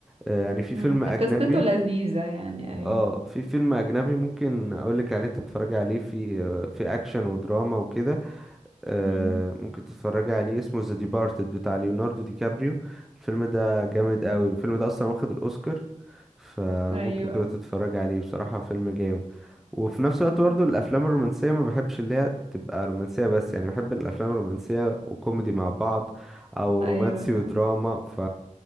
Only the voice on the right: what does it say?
مم.
قصته لذيذة يعني ايوه
مم.
مم.
ايوه
مم.
ايوه
صح